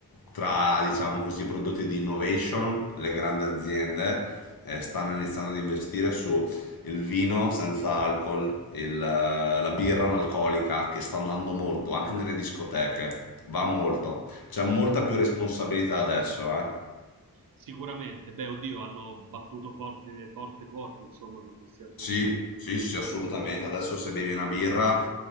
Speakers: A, on the left; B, on the right.
A: tra diciamo così, i prodotti di innovation, le grandi aziende eh, stanno iniziando ad investire su il vino senza alcol, il, eh, la birra analcolica che sta andando molto anche nelle discoteche, va
B: Mm,
A: molto. C'è molta più responsabilità adesso, eh.
B: sicuramente. Beh, oddio, hanno battuto forte, forte, forte, insomma, su questi argomenti.
A: Sì, sì, sì, assolutamente. Adesso se bevi una birra